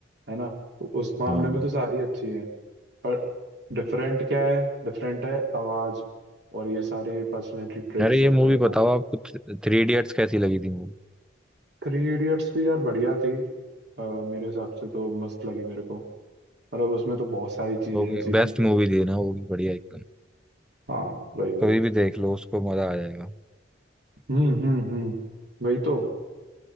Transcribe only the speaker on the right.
है ना तो उस मामले
में तो सारी अच्छी है पर डिफरेंट क्या है डिफरेंट है आवाज और ये सारे पर्सनैलिटी ट्रेट्स
होते
हैं वो
थ्री इडियट्स भी यार बढ़िया थी अ, मेरे हिसाब से तो मस्त लगी मेरे को मतलब उसमें तो बहुत सारी चीजें
हैं सीखने
के
लिए
हाँ वही वही
हम्म हम्म हम्म वही तो